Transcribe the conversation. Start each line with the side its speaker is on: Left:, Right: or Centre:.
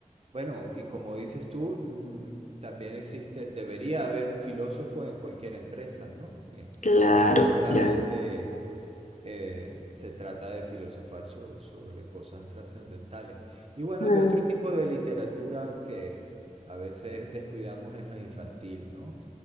Right: Bueno, y como dices tú, mm, también existe, debería haber un filósofo en cualquier empresa, ¿no?
Left: claro,
Right: <laughs> que no solamente
Left: ya.
Right: eh, se trata de filosofar so- sobre cosas trascendentales. Y bueno,
Left: mm,
Right: de otro tipo de literatura que a veces descuidamos es la infantil, ¿no?